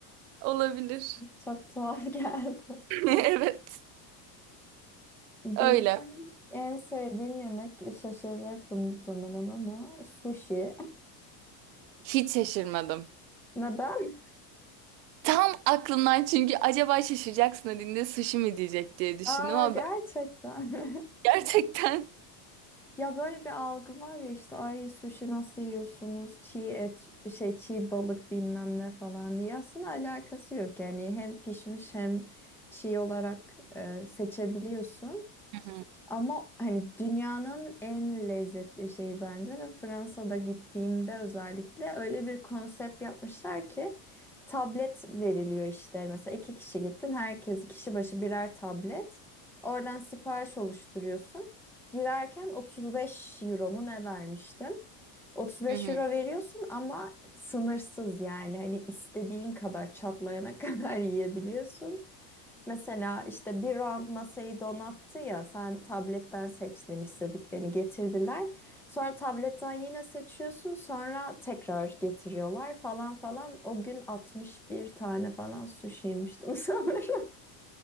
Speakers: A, on the right; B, in the centre.
A: Olabilir. <laughs>
B: Çok tuhaf <laughs> geldi.
A: Evet.
B: Benim
A: Öyle.
B: en sevdiğim yemek şaşıracaksın muhtemelen ama sushi.
A: Hiç şaşırmadım.
B: <laughs> Neden?
A: Tam aklımdan çünkü acaba şaşıracaksın dediğinde sushi mi diyecek diye düşündüm
B: Aa
A: ama
B: gerçekten.
A: ben
B: <laughs>
A: <laughs> gerçekten
B: Ya böyle bir algı var ya işte ay sushi nasıl yiyorsunuz? Çiğ et, şey çiğ balık bilmem ne falan diye. Aslında alakası yok yani hem pişmiş hem çiğ olarak e, seçebiliyorsun.
A: Hı hı.
B: Ama hani dünyanın en lezzetli şeyi bence ve Fransa'da gittiğimde özellikle öyle bir konsept yapmışlar ki tablet veriliyor işte. Mesela iki kişi gittin, herkes kişi başı birer tablet. Oradan sipariş oluşturuyorsun. Girerken 35 euro mu ne vermiştim? 35
A: Hı hı.
B: euro veriyorsun ama sınırsız yani hani istediğin kadar çatlayana <laughs> kadar yiyebiliyorsun. Mesela işte bir round masayı donattı ya sen tabletten seçtin istediklerini getirdiler. Sonra tabletten yine seçiyorsun sonra tekrar getiriyorlar falan falan. O gün 61 tane falan sushi yemiştim <laughs> sanırım.